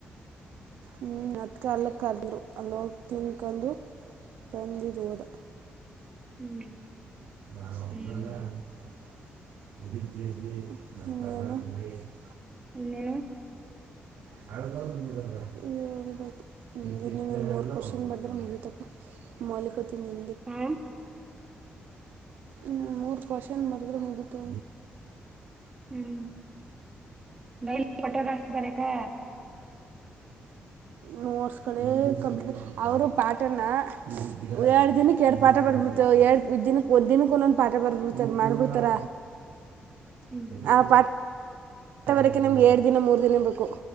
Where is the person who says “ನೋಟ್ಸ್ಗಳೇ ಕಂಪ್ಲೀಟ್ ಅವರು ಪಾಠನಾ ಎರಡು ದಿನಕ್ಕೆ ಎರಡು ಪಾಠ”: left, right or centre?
Right